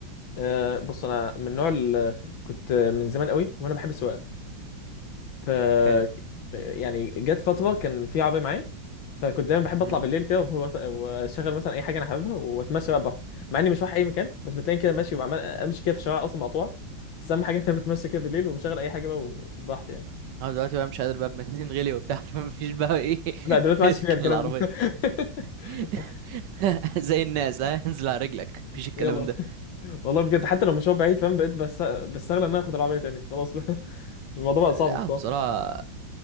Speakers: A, on the left; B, on the right.
A: أه بص انا من نوع ال- كنت من زمان قوي وانا بحب السواقه ف
B: حلو
A: يعني جت فترة كان في عربية معايا فكنت دايما بحب
B: مم.
A: اطلع بالليل كده و- واشغل مثلا اي حاجة انا حاببها واتمشى بقى براحتي مع اني مش رايح اي مكان بس بتلاقيني كده ماشي وعمال امشي كده في شوارع اصلا مقطوعة بس اهم حاجة ان انا بتمشى كده بالليل وبشغل اي حاجة بقى وبراحتي يعني
B: انا دلوقتي بقى مش قادر بقى بنزين غلي وبتاع <laughs> فمفيش بقى ايه
A: لا
B: <laughs>
A: دلوقتي ما
B: اركن
A: عادش فيها الكلام
B: العربية
A: ده <laughs>
B: <laughs> زي الناس ها انزل على رجلك مفيش الكلام
A: يلا
B: ده
A: والله بجد حتى لو مشوار بعيد فاهم بقيت بس بستغل ان انا اخد العربية تاني خلاص بقى <laughs> الموضوع بقى صعب
B: لا
A: بصراحة
B: بصراحة